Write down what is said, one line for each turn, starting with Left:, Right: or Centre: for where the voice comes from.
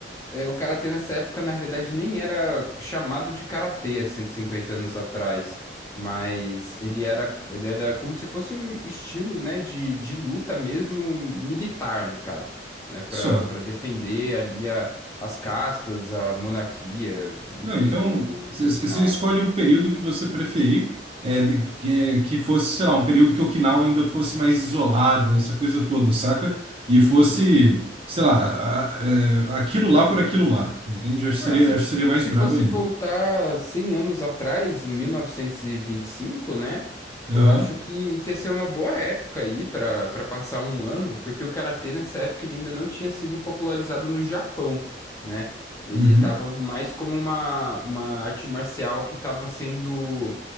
Left: É, o karatê nessa época, na realidade, nem era chamado de karatê há 150 anos atrás, mas ele era, ele era como se fosse um estilo, né, de, de luta mesmo, militar, no caso, né, para
Right: Só.
Left: para defender ali a, as castas, a monarquia, enfim,
Right: Não, então
Left: do, do,
Right: você
Left: de Okinawa.
Right: você escolhe o período que você preferir, é, de- que, é, que fosse, sei lá, um período que Okinawa ainda fosse mais isolada, essa coisa toda, saca? E
Left: Uhum.
Right: fosse, sei lá, a- é, aquilo lá por aquilo lá, entende? Eu acho que
Left: Ah,
Right: seria,
Left: se, f-
Right: acho que seria mais
Left: se
Right: brabo
Left: fosse
Right: ainda.
Left: voltar 100 anos atrás, em 1925, né?
Right: Aham,
Left: Eu acho que, que ia ser uma boa época aí para para passar um ano, porque o karatê nessa época ele ainda não tinha sido popularizado no Japão, né? Ele
Right: uhum.
Left: estava mais como uma, uma arte marcial que estava sendo,